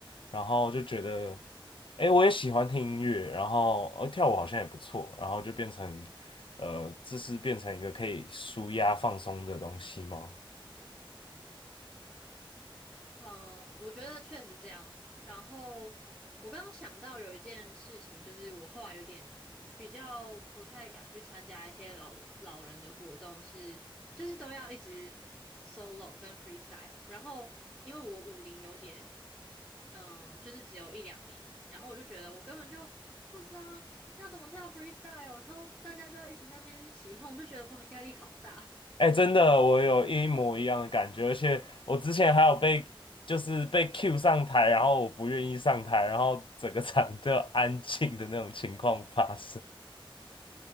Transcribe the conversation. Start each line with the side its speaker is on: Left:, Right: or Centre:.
Left: 然后就觉得，哎，我也喜欢听音乐，然后呃跳舞好像也不错，然后就变成呃，这是变成一个可以舒压放松的东西吗？
Centre: 嗯，我觉得确实这样。然后我刚刚想到有一件事情，就是我后来有点比较不太敢去参加一些老老人的活动是，就是都要一直 solo 跟 freestyle。然后因为我舞龄有点，嗯，就是只有一两年，然后我就觉得我根本就不知道要怎么跳 freestyle，然后大家就一直在那边起哄，就觉得哇压力好大。
Left: 哎，真的，我有一模一样的感觉，而且我之前还有被就是被 Q 上台，然后我不愿意上台，然后整个场都要安静的那种情况发生，